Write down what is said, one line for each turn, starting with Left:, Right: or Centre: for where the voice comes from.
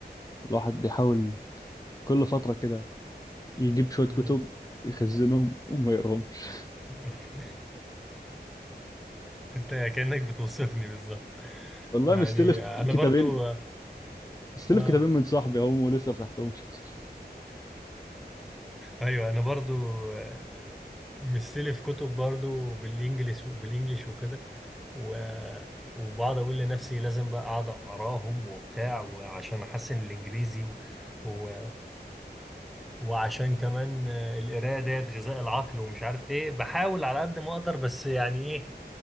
Left: الواحد بيحاول كل فترة كده يجيب شوية كتب
Centre: مم.
Left: يخزنهم وما يقراهمش
Centre: <laughs> انت كأنك بتوصفني بالظبط
Left: والله
Centre: يعني
Left: مستلف كتابين
Centre: انا برضو اه
Left: مستلف
Centre: آه.
Left: كتابين من صاحبي هم ولسه ما فتحتهمش أصلا
Centre: ايوه انا برضو آه، مستلي في كتب برضو بالانجليش بالانجليش وكده و- وبقعد اقول لنفسي لازم بقى اقعد اقراهم وبتاع وعشان احسن الانجليزي و... و... وعشان كمان آه، القرايه ديت غذاء العقل ومش عارف ايه بحاول على قد ما اقدر بس يعني ايه